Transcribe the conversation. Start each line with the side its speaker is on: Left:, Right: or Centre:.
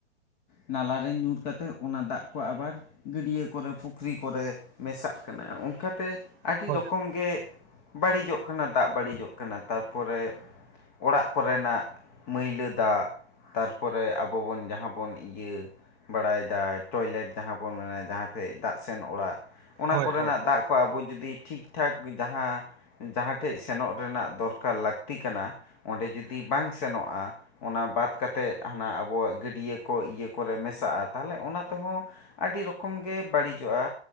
Left: ᱱᱟᱞᱟᱨᱮ ᱧᱩᱨ ᱠᱟᱛᱮ ᱚᱱᱟ ᱫᱟᱜ ᱠᱚ ᱟᱵᱟᱨ ᱜᱟᱹᱰᱭᱟᱹ ᱠᱚᱨᱮ ᱯᱩᱠᱷᱨᱤ ᱠᱚᱨᱮ ᱢᱮᱥᱟᱜ ᱠᱟᱱᱟ ᱚᱱᱠᱟᱛᱮ ᱟᱹᱰᱤ
Right: ᱦᱳᱭ
Left: ᱨᱚᱠᱚᱢ
Right: ᱦᱳᱭ
Left: ᱜᱮ ᱵᱟᱹᱲᱤᱡᱚᱜ ᱚᱱᱟ ᱫᱟᱜ ᱵᱟᱹᱲᱤᱡᱚᱜ ᱠᱟᱱᱟ ᱛᱟᱨᱯᱚᱨᱮ ᱚᱲᱟᱜ ᱠᱚᱨᱮᱱᱟᱜ ᱢᱟᱹᱭᱞᱟᱹ ᱫᱟᱜ ᱛᱟᱨᱯᱚᱨᱮ ᱟᱵᱚᱵᱚᱱ ᱡᱟᱦᱟ ᱵᱚᱱ ᱤᱭᱟᱹ ᱵᱟᱲᱟᱭᱫᱟ ᱴᱚᱭᱞᱮᱴ ᱡᱟᱦᱟᱸ ᱵᱚᱱ ᱚᱱᱮ ᱡᱟᱦᱟ ᱫᱟᱜ ᱥᱮᱱ ᱚᱲᱟᱜ ᱚᱱᱟ
Right: ᱦᱳᱭ
Left: ᱠᱚᱨᱮᱱᱟᱜ
Right: ᱦᱳᱭ ᱦᱳᱭ
Left: ᱫᱟᱜ ᱠᱚ ᱟᱵᱚ ᱡᱩᱫᱤ ᱴᱷᱤᱠ ᱴᱷᱟᱠ ᱡᱟᱦᱟ ᱡᱟᱦᱟ ᱴᱷᱮᱡ ᱥᱮᱱᱚᱜ ᱨᱮᱱᱟᱜ ᱫᱚᱨᱠᱟᱨ ᱞᱟᱹᱠᱛᱤ ᱠᱟᱱᱟ ᱚᱸᱰᱮ ᱡᱩᱫᱤ ᱵᱟᱝ ᱥᱮᱱᱚᱜᱼᱟ᱾ ᱚᱱᱟ ᱵᱟᱫ ᱠᱟᱛᱮᱫ ᱦᱟᱱᱟ ᱟᱵᱚᱣᱟᱜ ᱜᱟᱹᱰᱭᱟᱹ ᱠᱚ ᱤᱭᱟᱹ ᱠᱚᱨᱮ ᱢᱮᱥᱟᱜᱼᱟ ᱛᱟᱦᱚᱞᱮ ᱚᱱᱟ ᱛᱮᱦᱚᱸ ᱟᱹᱰᱤ ᱨᱚᱠᱚᱢ ᱜᱮ ᱵᱟᱹᱲᱤᱡᱚᱜᱼᱟ